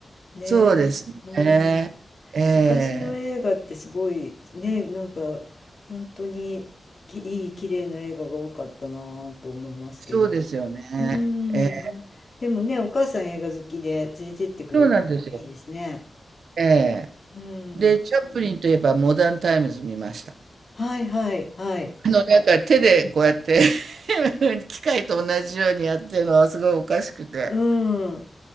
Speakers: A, on the left; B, on the right.
A: ねえ、
B: そうですね。
A: なんうん。
B: ええ、
A: 昔の映画ってすごいね、なんか本当にきいい綺麗な映画が多かったなぁと思いますけど。
B: そうですよね。
A: うーん、
B: ええ、
A: あ、でもね、お母さん映画好きで連れてってくれたのはいいですね。
B: そうなんですよ。ええ。
A: うん。
B: で、チャップリンといえばモダンタイムズ見ました。
A: はいはいはい。
B: あの、なんか手でこうやって <laughs> 機械と同じようにやってるのはすごいおかしくて。
A: うん。